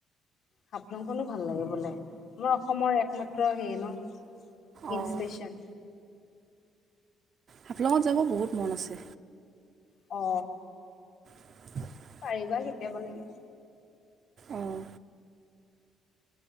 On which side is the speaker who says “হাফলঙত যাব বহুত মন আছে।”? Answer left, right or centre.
Right